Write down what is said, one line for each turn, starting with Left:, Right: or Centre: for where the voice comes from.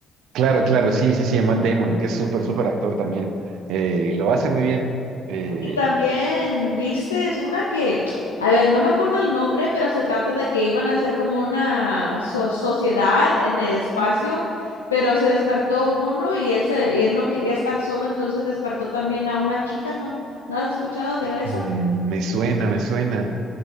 Right: claro, claro. Sí, sí, sí. Matt Damon, que es súper, súper actor también. Eh, lo hace muy bien. Eh,
Left: Y también, viste, es una que, a ver, no me acuerdo el nombre, pero se trata de que iban a hacer como una so- sociedad en el espacio, pero se despertó uno y él, se, y él no quería estar solo, entonces despertó también a una chica, ¿no? ¿No has escuchado de esa?
Right: Mm, me suena, me suena.